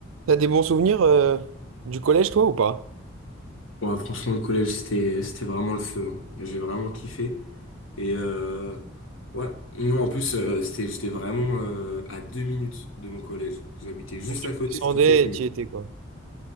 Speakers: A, on the right; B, on the left.
A: T'as des bons souvenirs euh, du collège, toi, ou pas?
B: Ouais, franchement, le collège, c'était, c'était vraiment le feu. hein. J'ai vraiment kiffé. Et euh, ouais, non, en plus, euh, c'était, j'étais vraiment euh, à deux minutes de mon collège. J'habitais juste
A: Quand tu
B: à côté,
A: descendais
B: ce qui fait que,
A: et tu y étais, quoi.